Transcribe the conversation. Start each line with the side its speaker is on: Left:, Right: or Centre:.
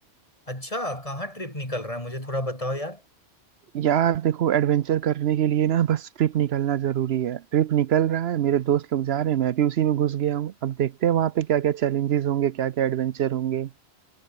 Left: अच्छा कहाँ ट्रिप निकल रहा है मुझे थोड़ा बताओ यार
Right: यार देखो एडवेंचर करने के लिए ना बस ट्रिप निकलना ज़रूरी है ट्रिप निकल रहा है मेरे दोस्त लोग जा रहे हैं मैं भी उसी में घुस गया हूँ अब देखते हैं वहाँ पे क्या क्या चैलेंजेस होंगे क्या क्या एडवेंचर होंगे